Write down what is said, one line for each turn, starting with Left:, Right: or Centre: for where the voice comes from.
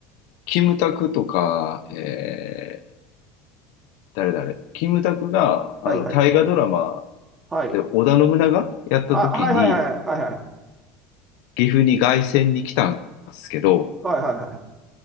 Left: キムタクとか、えー、誰誰、キムタクが、あの、
Right: はいはい。
Left: 大河ドラマ
Right: はい。
Left: で織田信長やった時に、
Right: あ、はいはいはいはいはいはい。
Left: 岐阜に凱旋に来たんですけど、
Right: はいはいはい。